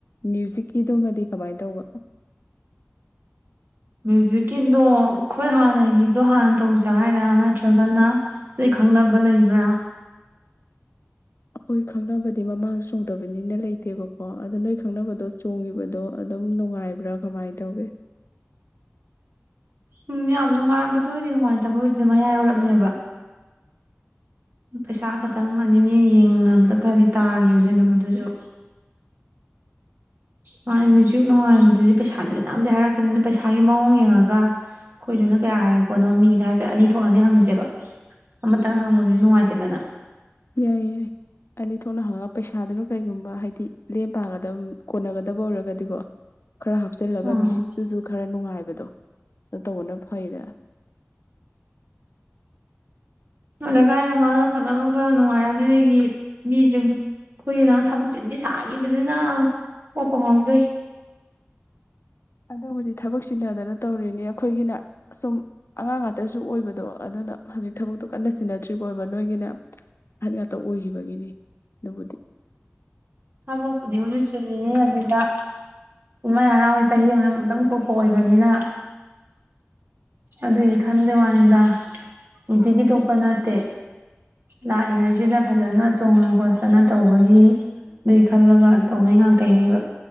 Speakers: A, on the left (about 65°); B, on the right (about 50°).
A: ꯃ꯭ꯌꯨꯖꯤꯛꯀꯤꯗꯨꯃꯗꯤ ꯀꯃꯥꯏꯅ ꯇꯧꯕ
B: ꯃ꯭ꯌꯨꯖꯤꯛꯀꯤꯗꯣ ꯑꯩꯈꯣꯏ ꯍꯥꯟꯅꯒꯤꯗꯣ ꯍꯥꯟꯅ ꯇꯧꯖ ꯍꯥꯏꯔꯥ ꯅꯠꯇ꯭ꯔꯒꯅ ꯂꯣꯏ ꯈꯪꯅꯕ ꯂꯩꯕ꯭ꯔꯥ
A: ꯍꯣꯏ ꯈꯪꯅꯕꯗꯤ ꯃꯃꯥꯡꯁꯨ ꯆꯣꯡꯗꯕꯅꯤꯅ ꯂꯩꯇꯦꯕꯀꯣ ꯑꯗꯨꯗꯣ ꯅꯣꯏ ꯈꯪꯅꯕꯗꯣ ꯆꯣꯡꯈꯤꯕꯗꯣ ꯑꯗꯨꯝ ꯅꯨꯡꯉꯥꯏꯕ꯭ꯔꯥ ꯀꯃꯥꯏꯅ ꯇꯧꯒꯦ
B: ꯎꯝ ꯌꯥꯝ ꯅꯨꯡꯉꯥꯏꯕꯁꯨ ꯑꯣꯏꯗꯦ ꯅꯨꯡꯉꯥꯏꯇꯕꯁꯨ ꯑꯣꯏꯗꯦ ꯃꯌꯥꯏ ꯑꯣꯏꯔꯞꯅꯦꯕꯥ ꯄꯩꯁꯥ ꯈꯛꯇꯪ ꯑ ꯃꯤꯒ ꯌꯦꯡꯅꯕꯗ ꯈꯔꯗꯤ ꯇꯥꯈꯤꯕꯅꯦ ꯑꯗꯨꯝ ꯑꯗꯨꯁꯨ ꯃꯥꯅꯦ ꯃ꯭ꯌꯨꯖꯤꯛ ꯅꯨꯡꯉꯥꯏꯕꯗꯨꯗꯤ ꯄꯩꯁꯥ ꯃꯌꯥꯝꯗꯤ ꯍꯥꯏꯔꯛꯀꯅꯤ ꯑꯗꯨꯗꯣ ꯄꯩꯁꯥꯒꯤ ꯃꯑꯣꯡ ꯌꯦꯡꯉꯒ ꯑꯩꯈꯣꯏꯗꯨꯅ ꯀꯌꯥ ꯍꯥꯏꯔꯛꯄꯅꯣ ꯃꯤꯒꯤꯗꯤ ꯍꯥꯏꯐꯦꯠ ꯑꯅꯤ ꯊꯣꯛꯅꯗꯤ ꯍꯪꯉꯁꯦꯕ ꯑꯃꯇꯪ ꯍꯪꯕꯗꯨꯗꯤ ꯅꯨꯡꯉꯥꯏꯇꯦꯗꯅ
A: ꯌꯥꯏ ꯌꯥꯏ ꯑꯅꯤ ꯊꯣꯛꯅ ꯍꯪꯉ ꯄꯩꯁꯥꯗꯨꯅ ꯀꯩꯒꯨꯝꯕ ꯍꯥꯏꯗꯤ ꯂꯦꯝ ꯄꯥꯒꯗꯕ ꯀꯣꯟꯅꯒꯗꯕ ꯑꯣꯏꯔꯒꯗꯤꯀꯣ ꯈꯔ ꯍꯥꯞꯆꯤꯜꯂꯒ
B: ꯎꯝ
A: ꯃꯌꯨꯖꯤꯛꯇꯨꯁꯨ ꯈꯔ ꯅꯨꯡꯉꯥꯏꯕ ꯑꯗꯨ ꯇꯧꯕꯅ ꯐꯩꯗꯅ
B: <unintelligible> <unintelligible> <unintelligible> ꯑꯩꯈꯣꯏꯒꯤ ꯊꯕꯛ ꯆꯤꯟꯕꯤ ꯁꯥꯈꯤꯕꯁꯤꯅ ꯀꯣꯛꯄꯨ ꯉꯥꯎꯖꯩ
A: ꯑꯗꯨꯕꯨꯗꯤ ꯊꯕꯛ ꯆꯤꯟꯅꯗꯅ ꯇꯧꯔꯤꯅꯤ ꯑꯩꯈꯣꯏꯒꯤꯅ ꯑꯁꯨꯝ ꯑꯉꯥꯡ ꯉꯥꯛꯇꯁꯨ ꯑꯣꯏꯕꯗꯣ ꯑꯗꯨꯅ ꯍꯧꯖꯤꯛ ꯊꯕꯛꯇꯣ ꯀꯟꯅ ꯆꯤꯟꯅꯗ꯭ꯔꯤꯕ ꯑꯣꯏꯕ ꯅꯣꯏꯒꯤꯅ ꯑꯍꯟ ꯉꯥꯛꯇ ꯑꯣꯏꯈꯤꯕꯒꯤꯅꯤ ꯑꯗꯨꯕꯨꯗꯤ
B: ꯊꯕꯛꯄꯨꯗꯤ <unintelligible> ꯆꯤꯜꯂꯤꯅꯤ ꯑꯗꯨꯗ ꯀꯨꯝꯍꯩ ꯍꯔꯥꯎꯦ ꯆꯍꯤ ꯑꯃꯗ ꯑꯃꯨꯛꯇꯪ ꯊꯣꯛꯄ ꯑꯣꯏꯕꯅꯤꯅ ꯑꯗꯨꯒꯤ ꯈꯟꯕꯩ ꯋꯥꯅꯤꯗ ꯅꯨꯡꯇꯤꯒꯤ ꯊꯣꯛꯄ ꯅꯠꯇꯦ ꯂꯥꯛꯏꯉꯩꯁꯤꯗ ꯐꯖꯅ ꯆꯣꯡꯅ ꯈꯣꯠꯇꯅ ꯇꯧꯕꯒꯤ ꯑꯗꯨꯒꯤ ꯈꯜꯂꯒ ꯇꯧꯅꯩ ꯉꯥꯛꯇꯅꯦꯕ